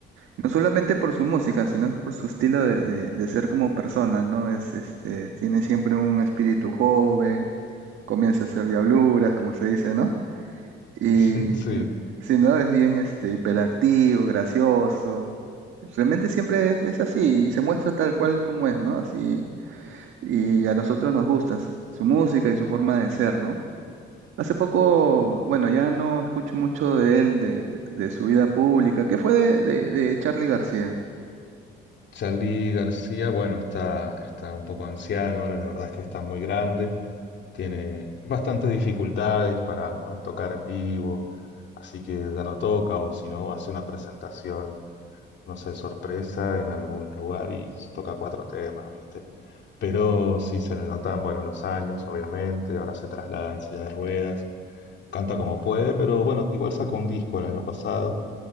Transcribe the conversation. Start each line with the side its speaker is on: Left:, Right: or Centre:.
Right: No solamente por su música, sino por su estilo de, de- de ser como persona, ¿no? Es, este, tiene siempre un espíritu joven, comienza a hacer diabluras, como se dice, ¿no? Y,
Left: <laughs> Sí,
Right: l- sí, ¿no? Es bien, este, hiperactivo, gracioso. Realmente siempre es, es así y se muestra tal cual como es, ¿no? Así, y a nosotros nos gusta su música y su forma de ser, ¿no? Hace poco, bueno, ya no escucho mucho de él, de, de su vida pública. ¿Qué fue de, de, de Charly García?
Left: Charly García, bueno, está, está un poco anciano, ahora la verdad es que está muy grande, Tiene bastantes dificultades para, bueno, tocar en vivo, así que ya no toca o si no hace una presentación, no sé, sorpresa en algún lugar y toca cuatro temas, ¿viste? Pero sí se le notan, bueno, los años, obviamente, ahora se traslada en silla de ruedas, canta como puede, pero bueno, igual sacó un disco el año pasado,